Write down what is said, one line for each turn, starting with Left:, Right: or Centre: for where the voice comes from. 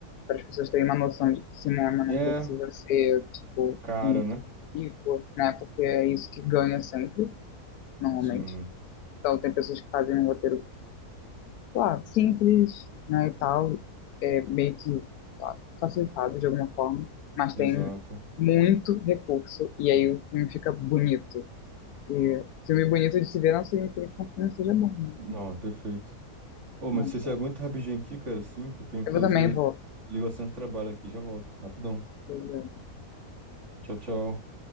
Left: para as pessoas terem uma noção de que cinema não
Right: É
Left: precisa ser, tipo,
Right: caro,
Left: muito
Right: né?
Left: rico, né? Porque é isso que ganha sempre, normalmente.
Right: Sim,
Left: Então, tem pessoas que fazem um roteiro, sei lá, simples, né, e tal, é, meio que sei lá, facilitado de alguma forma, mas
Right: exato.
Left: tem muito recurso, e aí o filme fica bonito. E filme bonito de se ver não significa que o filme seja bom, né?
Right: Não, é perfeito. Ô, mas
Left: Então,
Right: se você aguenta rapidinho aqui, cara, cinco, tenho que
Left: Eu
Right: fazer
Left: também vou.
Right: ligação de trabalho aqui. Já volto, rapidão.
Left: Beleza.
Right: Tchau, tchau.